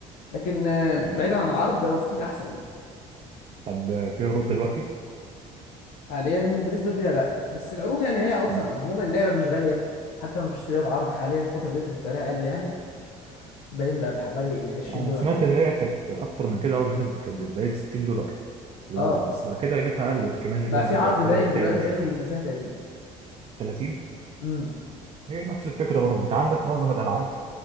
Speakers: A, on the left (about 85°); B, on the right (about 40°).
A: لكن آه، بعيدا
B: ماشي
A: عن العرض هو ستيم احسن يعني
B: طب آه، في عروض دلوقتي
A: حاليا بنسبه كبيره لا بس العروض يعني هي اصلا
B: امم
A: عموما اللعبه مش غاليه حتى لو مش اشتريها بعرض حاليا في الفتره ديت اللي سعرها قل يعني باين بقى بحوالي 20
B: انا
A: دولار
B: سمعت
A: باين
B: ان هي كانت اكتر من كده اول ما نزلت كانت بدايه 60 دولار الاول
A: اه
B: بس بعد كده قيمتها قلت كمان اللعبه
A: بقى في عرض
B: ب-
A: دايم
B: بدات
A: دلوقتي
B: تقدم شويه
A: باين ينزلها 30
B: 30
A: امم
B: هي نفس الفكره برضه انت عندك معظم الالعاب